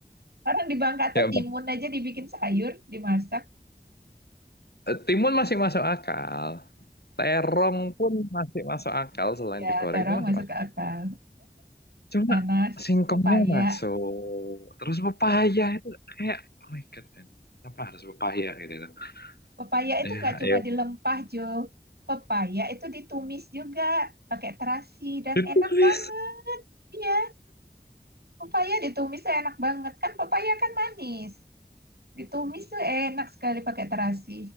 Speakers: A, on the right (about 75°); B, on the left (about 75°).
A: Orang di Bangka tuh
B: Ya, Bang.
A: timun aja dibikin sayur, dimasak.
B: Eh, Timun masih masuk akal. Terong pun masih masuk akal selain
A: Ya,
B: digoreng
A: taruh
B: itu masih
A: masuk
B: masuk.
A: ke akal.
B: Cuma
A: Nanas,
B: singkongnya
A: pepaya.
B: masuk. Terus pepaya itu kayak oh my God, man. Kenapa harus pepaya gitu tuh?
A: Pepaya itu
B: Ya,
A: nggak cuma
B: ya.
A: dilempah, Jo. Pepaya itu ditumis juga pakai terasi dan
B: Itu
A: enak
B: please.
A: banget. Iya, pepaya ditumis tuh enak banget. Kan pepaya kan manis. Ditumis tuh enak sekali pakai terasi.